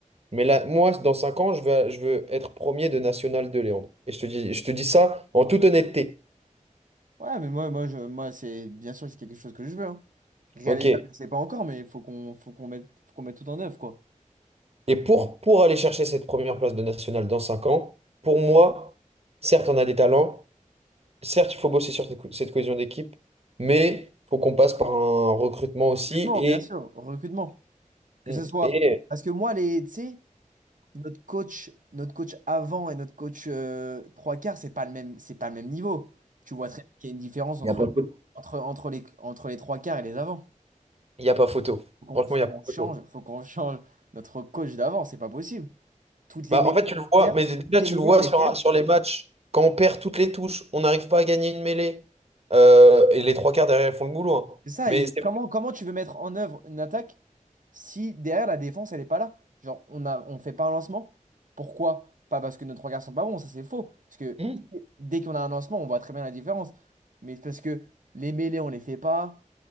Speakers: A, on the right (about 50°); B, on the right (about 80°).
A: Mais là, moi, dans 5 ans, je veux, je veux être premier de National de Léandre. Et je te dis, je te dis ça en toute honnêteté.
B: Ouais, mais moi, moi, je, moi c'est bien sûr que c'est quelque chose que je veux. hein. Réalisable,
A: OK.
B: je sais pas encore, mais il faut qu'on faut qu'on mette, faut qu'on mette tout en œuvre, quoi.
A: Et pour, pour aller chercher cette première place de National dans 5 ans, pour moi, certes, on a des talents, certes, il faut bosser sur cette co- cette cohésion d'équipe, mais il faut qu'on passe par un recrutement aussi.
B: Recrutement,
A: Et,
B: bien sûr. Recrutement. Que
A: et
B: ce soit. Parce que moi, les, tu sais, notre coach, notre coach avant et notre coach euh, trois quarts, c'est pas le même, c'est pas le même niveau. Tu vois très bien qu'il y a une différence entre,
A: Il y a pas-
B: entre, entre les, entre les trois quarts et les avants.
A: il n'y a pas photo.
B: Faut qu'on
A: Franchement,
B: faut
A: il
B: qu'on
A: n'y a pas
B: change,
A: photo.
B: faut qu'on <laughs> change notre coach d'avant, c'est pas possible. Toutes les
A: Bah,
B: mêlées,
A: en fait,
B: on
A: tu le vois,
B: les perd.
A: mais déjà,
B: toutes les
A: tu
B: mêlées,
A: le vois
B: on les
A: sur,
B: perd.
A: sur les matchs. Quand on perd toutes les touches, on n'arrive pas à gagner une mêlée. Euh, et les trois quarts derrière, ils font le boulot. hein.
B: C'est ça,
A: Mais
B: il-
A: c'est.
B: comment, comment tu veux mettre en œuvre une attaque si derrière la défense, elle n'est pas là? Genre, on a, on fait pas un lancement. Pourquoi? Pas parce que nos trois garçons sont pas bons, ça c'est faux. Parce que
A: Hmm.
B: dès qu'on a un lancement, on voit très bien la différence. Mais c'est parce que les mêlées, on les fait pas.